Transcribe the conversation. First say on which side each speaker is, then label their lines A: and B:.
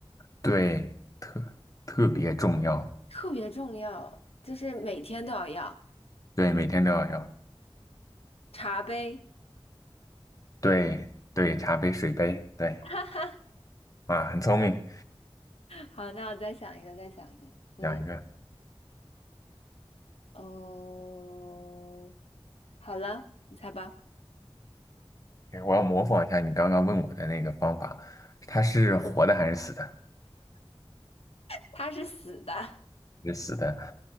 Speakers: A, on the left (about 35°); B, on the left (about 85°).
A: 对，特特别重要，
B: 特别重要，就是每天都要要
A: 对，每天都要要，
B: 茶杯。
A: 对对，茶杯、水杯，对。
B: <laughs> 哈哈，
A: 啊，很聪明，
B: 好，那我再想一个，再想一个。嗯，
A: 养鱼。OK，
B: 哦，好了，你猜吧。
A: 我要模仿一下你刚刚问我的那个方法，它是活的还是死的？
B: 它是死的，
A: 是死的。